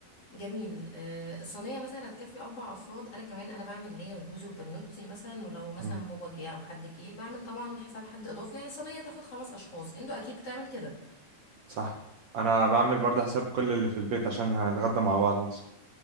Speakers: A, on the left; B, on the right.
A: جميل آه، الصينية مثلا هتكفي أربع أفراد أنا كمان أنا بعمل ليا والجوز والبنوتي مثلا ولو مثلا
B: مم.
A: بابا جه أو حد جه بعمل طبعا حساب حد إضافي يعني الصينية تاخد خمس أشخاص أنتوا أكيد بتعمل كده
B: صح انا بعمل برضه حساب كل اللي في البيت عشان هنتغدى مع بعض مثلا